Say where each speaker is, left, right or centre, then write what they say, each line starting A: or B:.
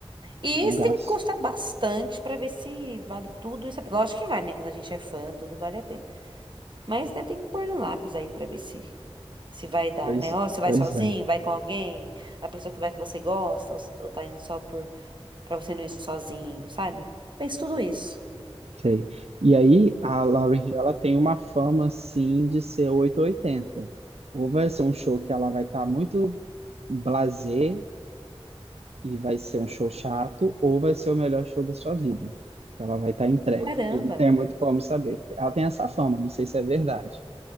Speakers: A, on the right; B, on the right.
A: E
B: é um
A: você
B: gasto.
A: tem que gostar bastante pra ver se vale tudo isso. a pena. Lógico que vale, né? Quando a gente é fã, tudo vale a pena. Mas, né, tem que pôr no lápis aí pra ver se. Se vai dar,
B: Pois,
A: né? Ó, você vai
B: pois
A: sozinho,
B: é.
A: vai com alguém, a pessoa que vai que você gosta, ou, s- ou tá indo só por. Pra você não ir sozinho, sabe? Pense tudo isso.
B: Sei. E aí, a Lauryn Hill, ela tem uma fama, assim, de ser oito ou oitenta. Ou vai ser um show que ela vai estar muito blasé e vai ser um show chato, ou vai ser o melhor show da sua vida, que ela vai estar entregue.
A: Caramba,
B: E não tem muito como saber. Ela tem essa fama, não sei se é verdade.